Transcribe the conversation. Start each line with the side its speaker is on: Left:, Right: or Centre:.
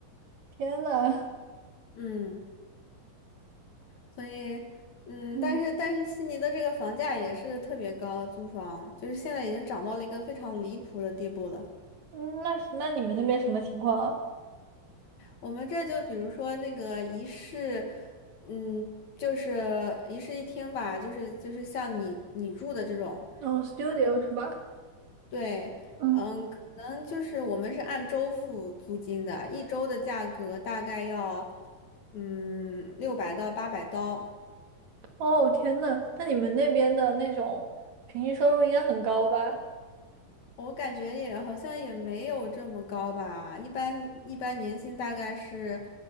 Right: 天呐，
Left: 嗯，所以，嗯，
Right: 嗯，
Left: 但是但是悉尼的这个房价也是特别高，租房就是现在已经涨到了一个非常离谱的地步了。
Right: 嗯那是那你们那边什么情况啊？
Left: 我们这就比如说那个一室，嗯，就是一室一厅吧，就是就是像你你住的这种，
Right: 哦，studio 是吧？
Left: 对，
Right: 嗯，
Left: 嗯，可能就是我们是按周付租金的，一周的价格大概要，嗯，六百到八百刀。
Right: 哦，天呐，那你们那边的那种平均收入应该很高吧？
Left: 我感觉也好像也没有这么高吧，一般一般年薪大概是